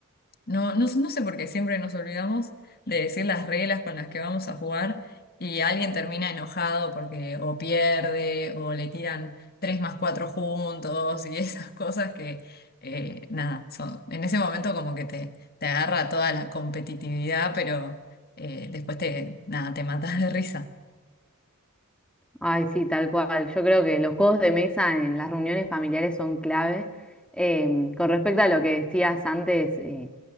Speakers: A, on the left; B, in the centre.
A: no, no, no sé por qué siempre nos olvidamos de decir las reglas con las que vamos a jugar y alguien termina enojado porque o pierde o le tiran tres más cuatro juntos y <laughs> esas cosas que, eh, nada, son, en ese momento como que te, te agarra toda la competitividad, pero eh, después te, nada, te matas de risa.
B: Ay, sí, tal cual. Yo creo que los juegos de mesa en las reuniones familiares son clave. Em, con respecto a lo que decías antes, eh,